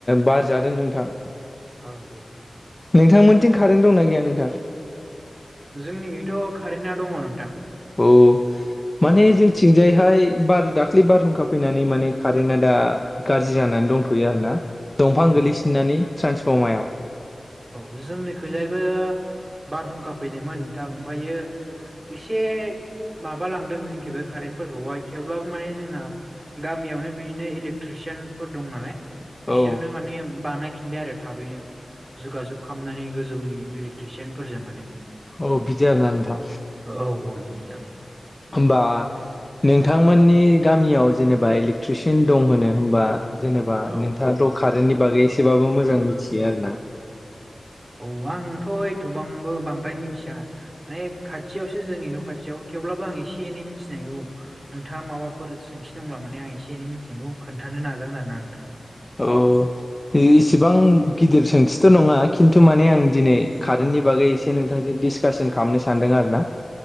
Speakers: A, on the left; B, on the right.
A: बार जादों नोंथां।
B: औ औ
A: नोंथांमोनथिं कारेन्ट दंना गैया नोंथां?
B: जोंनिखैथ' कारेन्टआ दङ नोंथां।
A: अ माने
B: औ
A: जोंथिंजाय बेहाय बार दाखालि बारहुंखा फैनानै माने कारेन्टा दा गाज्रि जानानै दंथ'यो
B: औ
A: आरो ना दंफां
B: औ
A: गोल्लैसिननानै
B: औ
A: ट्रेन्सफर्मायाव।
B: औ जोंनिखैजायबो बारहुंखा फैदोंमोन नोंथां ओमफायो एसे माबा लांदों जोंखैबो कारेन्टफोरखौहाय थेवब्लाबो माने जोंना गामियावनो बिदिनो इलेक्ट्रिसिटी सयान फोर दं नालाय बिसोरनो
A: औ
B: माने बानायफिनबाय आरो थाबैनो। जुगाजुग खामनानै गोजौनि इलेक्ट्रिसियानफोरजों माने।
A: औ बिदि आरोना नोंथां।
B: औ औ नंगौ नोंथां
A: होनबा नोंथांमोननि गामियाव जेनेबा इलेकट्रिसियान दं होनो होमबा जेनेबा
B: औ
A: नोंथाङाथ' कारेन्टनि बागै एसेबाबो मोजां मिथियो आरो ना। <inaudible>
B: औ आंथ' एथ'बांबो बांद्राय मिथिया माने खाथियावसो जोंनि न' खाथियाव थेवब्ला बो आं एसे एनै मिथिनायखौ नोंथाङा माबाफोर सोंथि दंब्ला माने आं एसे एनै मिथिनायखौ खोन्थानो ना नाजागोन आरो ना नोंथां।
A: औ इसेबां गिदिर सोंथिथ' नङा खिन्थु माने आं दिनै कारेन्टनि
B: औ
A: बागै एसे नोंथांजों डिसकासन खालामनो सानदों आरो ना।